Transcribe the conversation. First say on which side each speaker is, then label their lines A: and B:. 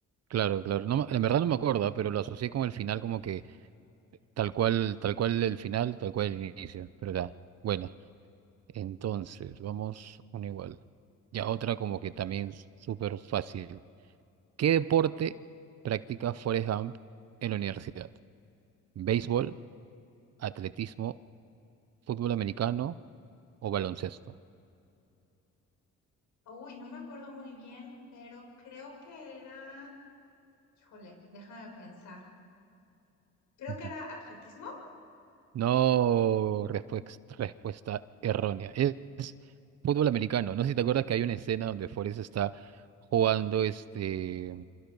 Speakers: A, on the right (about 55°); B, on the left (about 75°).
A: claro, claro. No, me- en verdad no me acuerdo, ah, pero lo asocié con el final como que tal cual, tal cual el final, tal cual el inicio. Pero ya, buena. Entonces, vamos una igual. Ya otra como que también s- súper fácil. ¿Qué deporte practica Forrest Gump en la universidad? ¿Béisbol, atletismo, fútbol americano o baloncesto?
B: Uy, no me acuerdo muy bien, pero creo que era, híjole, déjame pensar. Creo
A: Ujú.
B: que era atletismo.
A: No, respuex- respuesta, errónea. Es, es fútbol americano. No sé si te acuerdas que hay una escena donde Forrest está jugando, este,